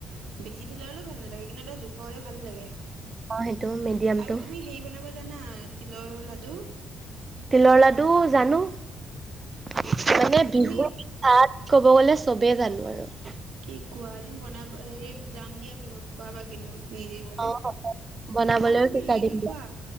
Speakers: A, on the right; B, on the right.
A: বেছি ঢিলা হ'লেও ভাল নালাগে। কিন্তু, এটা জোখৰ হ'লে ভাল লাগে।
B: অ সেইটো মিডিয়ামটো।
A: আৰু তুমি সেই বনাব জানা, তিলৰ লাডু?
B: তিলৰ লাডু জানোঁ। মানে, বিহু
A: তুমি
B: তাত, ক'ব গ'লে চবেই জানোঁ আৰু।
A: কি কোৱা! এদিন বনা, সেৰি যাম দিয়া বিহুত। খোৱাবা কিন্তু? নিজেই বনাই।
B: অ বনাবলৈও
A: আৰু তুমি
B: শিকাই
A: সেৰিটো
B: দিম দিয়া।
A: খোৱা?